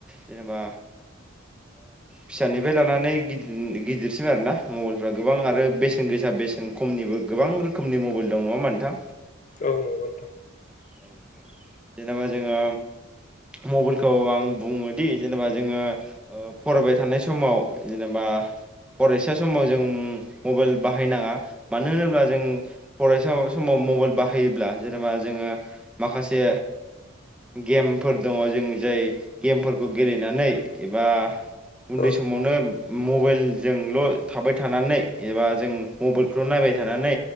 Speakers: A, in the centre; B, on the left.
A: जेनेबा फिसानिफ्राय लानानै गिदिरसिम आरोना मबाइलफ्रा गोबां आरो बेसेन गोसा दा बेसेन खमनिबो गोबां रोखोमनि मबाइल दं नङा होनबा नोंथां
B: औ न'गौ नोंथां
A: औ नोंथां। जेनेबा जोङो मबाइलखौ आं बुङोदि जेनेबा जोङो फरायबाय थानाय समाव जेनेबा फरायसा समाव जों मबाइल बाहायनाङा मानो होनोब्ला जों फरायसा समाव मबाइल बायोब्ला जेनेबा जोङो माखासे गेमफोर दङ जों जाय गेमफोरखौ गेलेनानै एबा उन्दै
B: औ
A: समावनो मबाइलजोंल' थाबाय थानानै एबा जों मबाइलखौल' नायबाय थानानै